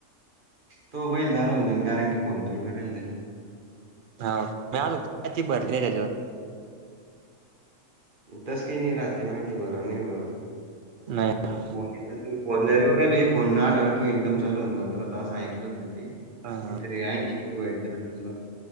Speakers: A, on the right; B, on the right.
A: तो बैल झालू हो देई कारण की फोन तुल करेल त्याच्या
B: हा मी आलो होतो का <unintelligible> त्याच्यावर
A: तस्की नाही राात माहित आ बर नाही बर.
B: नाही ना.
A: फोन फोनरीवरहि फोन न आलावर तू इन्कम चालू होऊन जात अस ऐकलत नाही ते.
B: हा हां.
A: तरी ऐंशी रुपये भेटता वाटतं तुला